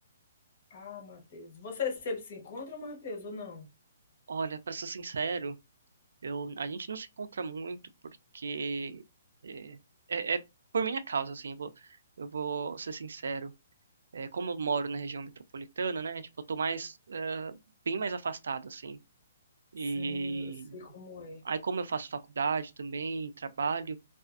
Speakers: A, on the left; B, on the right.
A: Ah, Matheus. Vocês sempre se encontram, Matheus, ou não?
B: Olha, pra ser sincero, eu, a gente não se encontra muito porque é, é- é por minha causa, assim, eu vou, eu vou ser sincero. É, como eu moro na região metropolitana, né? Tipo, eu tô mais, eh, bem mais afastado, assim. E
A: Sim, eu sei como é.
B: aí, como eu faço faculdade também, trabalho,